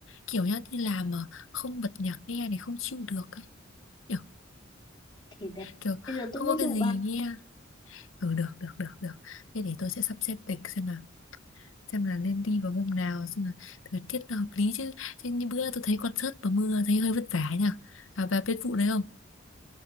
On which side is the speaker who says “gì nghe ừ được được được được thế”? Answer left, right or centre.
Left